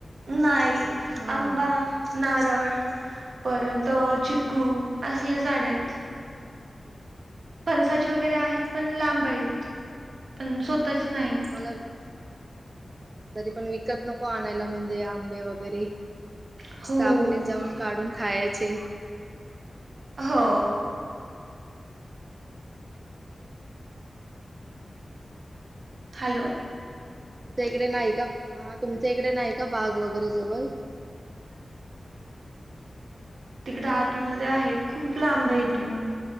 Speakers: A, on the right (about 85°); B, on the right (about 35°).
A: नाही
B: हा
A: आंबा, नारळ परत चिकू असले झाड आहेत. फणसाचे
B: भारी.
A: वगैरे आहेत, पण लांब आहेत पण स्वतःचे नाहीत.
B: मला तरी पण विकत नको आणायला, म्हणजे आंबे वगैरे मस्त!
A: हो
B: आपलेच जाऊन काढून खायाचे.
A: हो.
B: बाकी?
A: हॅलो!
B: तुमच्या इकडे नाही का, हा तुमच्या इकडे नाही का बाग वगैरे जवळ?
A: तिकडे आतमध्ये
B: अच्छा
A: आहे खूप लांबयं.